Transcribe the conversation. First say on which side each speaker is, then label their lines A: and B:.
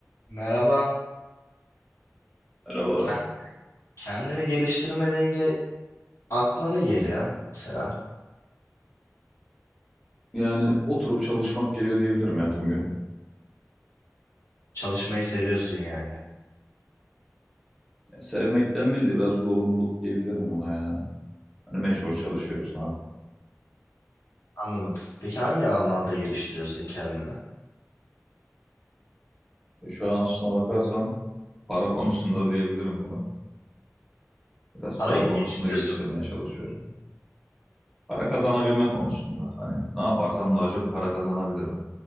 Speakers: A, on the left (about 80°); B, in the centre.
A: Merhaba.
B: Merhabalar.
A: Ken- Kendini geliştirme deyince aklına ne geliyor mesela?
B: Yani oturup çalışmak geliyor diyebilirim ya tüm gün.
A: Çalışmayı seviyorsun yani.
B: Ya sevmekten değil de biraz zorunluluk diyebilirim buna ya. Hani mecbur çalışıyoruz ne yapalım.
A: Anladım. Peki hangi alanlarda geliştiriyorsun kendini?
B: E şu an aslına bakarsan para konusunda <laughs> diyebilirim buna. Biraz
A: Parayı
B: para
A: mı
B: konusunda
A: geliştiriyorsun?
B: geliştirmeye çalışıyorum. Para kazanabilme konusunda. Hani ne yaparsam daha çok para kazanabilirim.